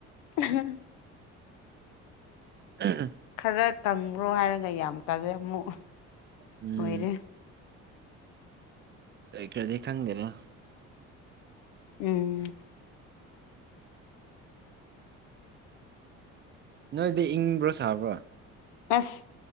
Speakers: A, on the left; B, on the right.
A: ꯑ ꯍ
B: <unintelligible>
A: ꯈꯔ ꯀꯪꯕ꯭ꯔꯣ ꯍꯥꯏꯔꯒ ꯌꯥꯝ ꯀꯪꯉꯦ ꯑꯃꯨꯛ
B: ꯎꯝ
A: ꯂꯣꯏꯔꯦ
B: ꯂꯣꯏꯈꯔꯗꯤ ꯈꯪꯗꯦꯅ
A: ꯎꯝ
B: ꯅꯣꯏꯗꯤ ꯏꯪꯕ꯭ꯔꯣ ꯁꯥꯕ꯭ꯔꯣ
A: ꯑꯁ